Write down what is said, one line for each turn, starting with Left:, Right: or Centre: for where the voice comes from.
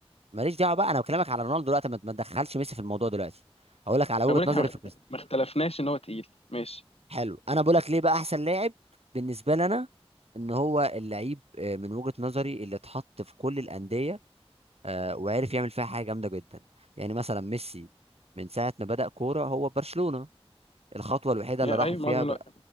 Right: ماليش دعوه بقى انا بكلمك على رونالدو دلوقتي ما ما تدخلش ميسي في الموضوع دلوقتي هقول لك على وجهه
Left: ما بقولك
Right: نظري
Left: احنا ما
Right: في
Left: اخت-
Right: كريستيانو
Left: ما اختلفناش ان هو تقيل ماشي
Right: حلو انا بقولك ليه بقى احسن لاعب بالنسبه لنا ان هو اللعيب آه، من وجهه نظري اللي اتحط في كل الانديه آه، وعرف يعمل فيها حاجه جامده جدا يعني مثلا ميسي من ساعه ما بدأ كوره هو برشلونه الخطوه الوحيده
Left: يا
Right: اللي راح
Left: ايوه
Right: فيها
Left: معظم الوقت
Right: بقى